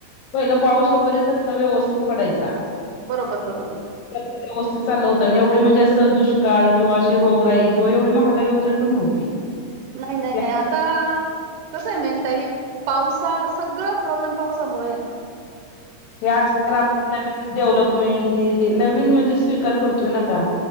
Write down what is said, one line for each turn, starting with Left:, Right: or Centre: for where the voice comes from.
Left: पहिला पाऊस वगैरे सगळं व्यवस्थित पडायचा.
Right: बरोबर -बरोबर.
Left: सगळं व्यवस्थित चाललं होतं आणि एवढं म्हणजे अस दुष्काळ किंवा अशी रोगराई किंवा एवढी महागाई वगैरे पण नव्हती.
Right: नाही- नाही
Left: हे
Right: -नाही आ आता कसं आहे माहितेय ताई, पावसा -सगळं प्रॉब्लेम पावसामुळे ए.
Left: हे आजकाल- आपलं नवीन डेव्हलपमेंट हे नवीन म्हणजे स्वीकार करतोय ना आता.